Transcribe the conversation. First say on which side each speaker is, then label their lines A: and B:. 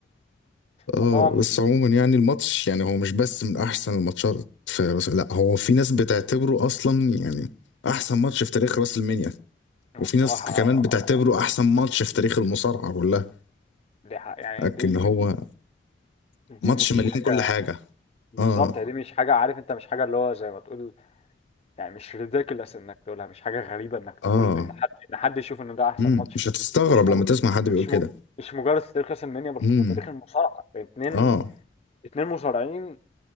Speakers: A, on the left; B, on the left.
A: اه
B: <laughs> طبعا
A: بس عموما يعني الماتش يعني هو مش بس من احسن الماتشات في رأس- لا هو في ناس بتعتبره اصلا يعني احسن ماتش في تاريخ راس المنيا
B: الصراحة
A: وفي ناس كمان
B: آه،
A: بتعتبره احسن ماتش في تاريخ المصارعة كلها
B: دي حق يعني
A: لكن
B: دي
A: هو
B: دي دي
A: ماتش
B: مش
A: مليان
B: حاجة
A: كل حاجة
B: بالظبط
A: اه
B: يعني دي مش حاجة عارف انت مش حاجة اللي هو زي ما تقول يعني مش ريديكولس انك تقولها مش حاجة غريبة انك تقول
A: اه
B: ان حد ان حد يشوف ان ده احسن
A: امم
B: ماتش
A: مش هتستغرب
B: مش مج...
A: لما تسمع حد بيقول
B: مش
A: كده
B: م... مش مجرد في تاريخ راس المنيا بل
A: امم
B: في تاريخ المصارعة اتنين
A: اه
B: اتنين مصارعين